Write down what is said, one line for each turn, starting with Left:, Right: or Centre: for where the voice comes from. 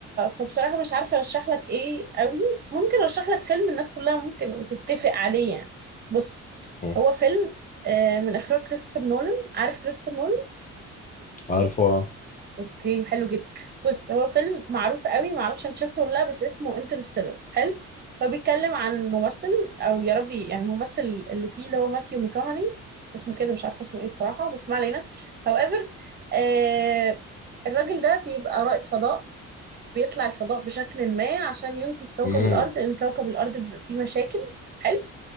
Right: فبصراحه مش عارفه ارشح لك ايه قوي ممكن ارشح لك فيلم الناس كلها ممكن تتفق عليه يعني بص
Left: مم.
Right: هو فيلم آه، من اخراج كريستوفر نولان عارف كريستوفر نولان
Left: عارفه
Right: اوكي حلو جدا بص هو فيلم معروف قوي ما اعرفش انت شفته ولا لا بس اسمه انترستيلر حلو هو بيتكلم عن ممثل او يا ربي يعني الممثل اللي فيه اللي هو ماثيو ميكاهاني اسمه كده مش عارفه اسمه ايه بصراحه بس ما علينا however آه الراجل ده بيبقى رائد فضاء بيطلع الفضاء بشكل ما عشان ينقذ كوكب
Left: مم.
Right: الارض لان كوكب الارض بيبقى فيه مشاكل حلو